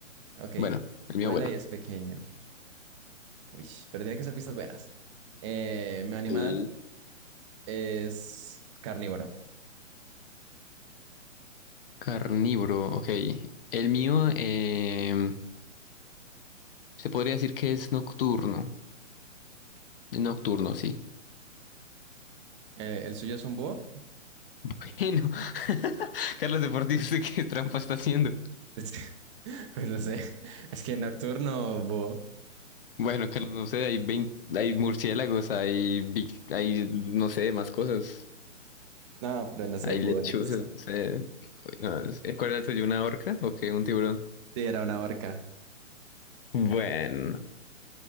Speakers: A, on the right; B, on the left.
A: Ok,
B: Bueno, el
A: vuela
B: mío vuela.
A: y es pequeño. Uy, pero tiene que ser pistas buenas. Eh, mi animal
B: Sí.
A: es carnívoro.
B: Carnívoro, ok. El mío em, se podría decir que es nocturno. Es Nocturno, sí.
A: Eh, ¿el suyo es un búho?
B: Bueno, <laughs> Carlos Deportivo, ¿usted qué trampa está haciendo?
A: <laughs> Es que- Pues no sé, es que nocturno búho.
B: Bueno, Carlos, no sé, hay 20, hay murciélagos, hay, vi- hay, no sé, más cosas.
A: No, pero no sé,
B: Hay
A: búho,
B: lechuzas,
A: yo qué sé.
B: no sé. No, es- eh, ¿cuál era el suyo? ¿Una orca o qué? ¿Un tiburón?
A: Sí, era una orca.
B: Bueno,